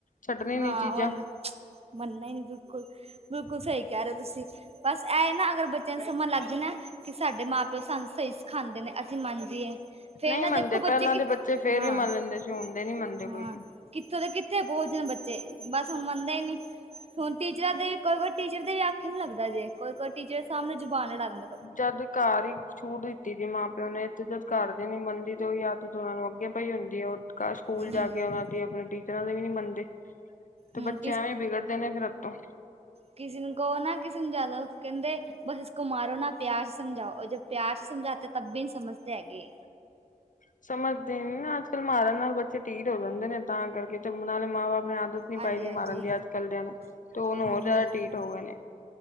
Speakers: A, on the left; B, on the right.
A: ਛੱਡਣੀ ਨੀ
B: ਹਾਂ
A: ਚੀਜ਼ਾਂ
B: ਓਨਾਂ ਨੇ ਮੰਨਨਾ ਈ ਨਈਂ ਬਿਲਕੁਲ, ਬਿਲਕੁਲ ਸਈ ਕੈ ਰਏਂ ਓਂ ਤੁਸੀਂ। ਬਸ ਐ ਨਾ ਅਗਰ ਬੱਚਿਆਂ ਨੂੰ ਸਮਝ ਲੱਗ ਗਈ ਨਾ ਕੇ ਸਾਡੇ ਮਾਂ-ਪਿਓ ਸਾਨੂੰ ਸਈ ਸਿਖਾਂਦੇ ਨੇ ਅਸੀਂ ਮੰਨਜੀਏ। ਫੇਰ
A: ਨਹੀਂ
B: ਨਾ
A: ਮੰਨਦੇ
B: ਦੇਖੋ ਬੱਚੇ
A: ਪਹਿਲਾਂ
B: ਕਿ
A: ਦੇ ਬੱਚੇ ਫੇਰ
B: ਹਾਂ-ਹਾਂ
A: ਵੀ ਮੰਨ ਲੈਂਦੇ ਸੀ ਹੁਣ ਦੇ ਨੀ ਮੰਨਦੇ ਕੋਈ
B: ਕਿੱਥੋਂ ਦੇ ਕਿੱਥੇ ਪੋਂਚ ਜਾਨ ਬੱਚੇ ਬਸ ਹੁਨ ਮੰਨਦੇ ਈ ਨੀ। ਹੁਨ ਟੀਚਰਾਂ ਦੇ ਕੋਈ-ਕੋਈ ਟੀਚਰ ਦੇ ਵੀ ਆਖੇ ਨੀ ਲੱਗਦਾ ਜੇ ਕੋਈ-ਕੋਈ ਟੀਚਰ ਸਾਮਣੇ ਜੁਬਾਨ ਲੜਾ ਦਿੰਦਾ।
A: ਜਦ ਘਰ ਈ ਇਕ ਛੂਟ ਤੀ ਦੀ ਮਾਂ-ਪਿਓ ਨੇ ਏਥੇ ਤੇ ਘਰਦੇ ਨੀ ਮੰੰਨਦੀ ਤੇ ਓਈ ਆਦਤ ਓਨਾਂ ਨੂੰ ਅੱਗੇ ਪਈ ਹੁੰਦੀ ਐ। ਘਰ ਸਕੂਲ
B: ਹੂੰ,
A: ਜਾ ਕੇ ਓਨਾਂ ਦੀ ਆਪਨੇ ਟੀਚਰਾਂ ਦੇ ਵੀ ਨੀ ਮੰਨਦੇ। ਤੇ
B: ਹੂੰ
A: ਬੱਚੇ ਐਵੇਂ ਵਿਗੜਦੇ ਨੇ ਫਿਰ ਅੱਤੋਂ।
B: ਕਿਸੀ ਨੂੰ ਕਓ ਨਾ ਕੇ ਸਮਝਾ ਲੋ ਕੈਂਦੇ ਬਸ ਇਸਕੋ ਮਾਰੋ ਨਾ ਪਿਆਰ ਸੇ ਸਮਝਾਓ ਜਬ ਪਿਆਰ ਸੇ ਸਮਝਾਤੇ ਤਬ ਵੀ ਨੀ ਸਮਝਤੇ ਹੈਗੇ।
A: ਸਮਝਦੇ ਨੀ ਨਾ ਅੱਜ-ਕੱਲ ਮਾਰਨ ਨਾਲ ਬੱਚੇ ਢੀਠ ਹੋ ਜਾਂਦੇ ਨੇ ਤਾਂ ਕਰਕੇ ਤੇ ਨਾਲੇ ਮਾਂ ਬਾਪ ਨੇ ਆਦਤ ਨੀ
B: ਹਾਂਜੀ
A: ਪਾਈ ਦੀ
B: ਹਾਂਜੀ
A: ਮਾਰਨ ਦੀ ਅੱਜ-ਕੱਲ ਦਿਆਂ ਨੂੰ, ਤੇ ਹੁਨ ਹੋਰ
B: ਹੂੰ
A: ਜ਼ਾਦਾ
B: ਬਿਲਕੁਲ
A: ਢੀਠ ਹੋ ਗਏ ਨੇ।